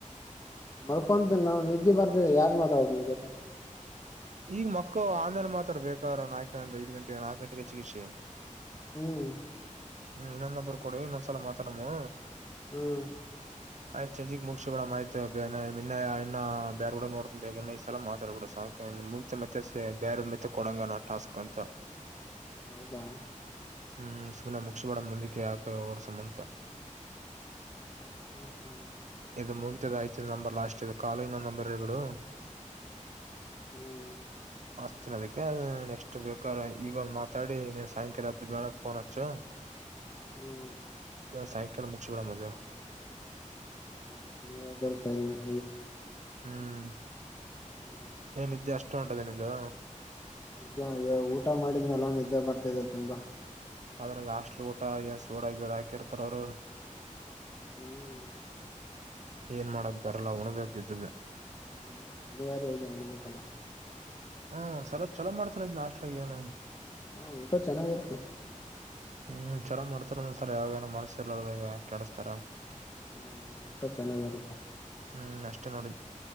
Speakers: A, on the left (about 25°); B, on the right (about 60°).
A: ಮರ್ಕೊಂತಿನೋ ನಿದ್ದೆ ಬರ್ತಿದೆ ಯಾರ್ ಮಾತಾಡೋದು ನಿನ್ ಜೊತೆ
B: ಈಗ ಮಕ್ಕೂ ಆಮೇಲೆ ಮಾತಾಡ್ಬೇಕ ಬೇಕಾರೆ ನಾಲ್ಕಂದ ಐದ್ ಗಂಟೆಗೆ ನಾಕ್ ಗಂಟೆಗೆ <unintelligible>
A: ಹ್ಮ್
B: ಹ್ಮ್ ಇನ್ನೊಂದು ನಂಬರ್ ಕೊಡು ಇನ್ನೊಂದು ಸಲ ಮಾತಾಡಮು
A: ಹ್ಮ್
B: <inaudible> ಆಯ್ತ ಚಂಜಿಗ್ ಮುಗ್ಸಿ ಬಿಡ ಆಯ್ತ ಇವಾಗ ಇನ್ನ ಬ್ಯಾರೆಗುಡಾ ನೋಡತಿನಿ ಈ ಸಲ ಮಾತಾಡ್ಬಡು ಸಾಕು. ಮುಗ ಮತ್ತೆೆ ಬೇರೆ ಮತ್ತೆ ಕೊಡಂಗಣ ಟಾಸ್ಕ್ ಅಂತ.
A: ಹೌದಾ.
B: ಹ್ಮ್ ಸುಮನೆ ಮುಗ್ಸಿ ಬಿಡಮ್ ಮುಂದಕ್ಕೆ ಯಾಕ ಓಡ್ಸಮ್ ಅಂತ.
A: ಹ್ಮ್ ಹ್ಮ್.
B: ಇದು ಮುಗಿತತದ ಆಯ್ತ ನಂಬರ್ ಲಾಸ್ಟ್ ಇದು ಕಾಲೋ ಇನ್ನ್ ನಂಬರ್ ಹೇಳಿ ಬಿಡು.
A: ಹ್ಮ್.
B: ಅಚ್ಚತಿನ ಅದಕ್ಕೆ ನೆಕ್ಸ್ಟ್ ಬೇಕಾದ್ರ ಇವಾಗ ಮಾತಾಡಿ ನೀನ್ ಸಾಯಂಕಾಲ ಎದ್ದ ಬೆಳಗ್ ಫೋನ್ ಹಚ್ಚು. <unintelligible>
A: ಹ್ಮ್.
B: ಇವಾಗ ಸಾಯಂಕಾಲ ಮುಗ್ಸಿ ಬಿಡಮ್ ಅದು.
A: ಹ ನೀ ಹೇಳಿದೆಲ್ಲ ಸರಿ. <inaudible>
B: ಹ್ಮ್.
A: ಹ್ಮ.
B: ಏನ ನಿದ್ದೆ ಅಷ್ಟು ಉಂಟದೆ ನಿಂದು.
A: ನಿಜ ಈ ಊಟ ಮಾಡಿದ್ನಲ್ಲ ನಿದ್ದೆ ಬರ್ತಿದೆ ತುಂಬಾ.
B: ಅದ್ರಾಗ ಹಾಸ್ಟ್ಲಿ ಊಟ ಸೊಡ ಗಿಡ ಹಾಕಿರ್ತಾರ ಅವರು.
A: ಹ್ಮ್.
B: ಏನ್ ಮಾಡಕ್ ಬರಲ್ಲ ಉಣಬೇಕ್ ಇದ್ದಿದ್ದೇ.
A: ಹ್ಮ್ ಅನಿವಾರ್ಯ ಐತಿ ಉಣ್ ಬೇಕಲ್ಲ.
B: ಹ್ಮ್ ಸಲ ಚಲೋ ಮಾಡ್ತಾರ ಇದ್ ಹಾಸ್ಟ್ಲಗ್ ಏನು.
A: ಹಾ ಊಟ ಚೆನ್ನಾಗಿರತ್ತೆ.
B: ಹ್ಮ್ ಚಲೋ ಮಾಡ್ತಾರ ಒಂದೊಂದು ಸಲ ಯಾವಾಗ ಏನ ಮನಸ್ ಇರಲರಾದಗ ಕೆಡಿಸತಾರ. <unintelligible>
A: ಹ ಊಟ ಚೆನ್ನಾಗಿರುತ್ತೆ.
B: ಹ್ಮ್ ಅಷ್ಟೇ ನೋಡಿ.